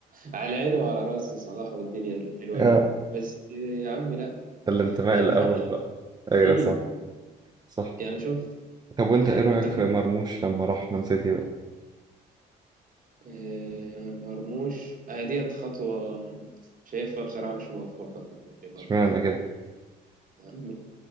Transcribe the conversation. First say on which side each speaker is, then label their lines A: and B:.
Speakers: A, on the right; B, on the right.
A: على عيني وعلى راسي صلاح والدنيا الحلوه
B: اه
A: دي بس آه، يا عمي لا
B: الانتماء
A: ما
B: الأول
A: ينفعش
B: بقى أيوة
A: امم
B: صح صح
A: يعني شوف
B: طب وأنت
A: يعني
B: إيه رأيك
A: كنت اتمنى
B: في مرموش لما راح مان سيتي بقى؟
A: آه، مرموش آه، ديت خطوه شايفها بصراحه مش موفقه لمرموش
B: اشمعنى كده؟
A: يا عم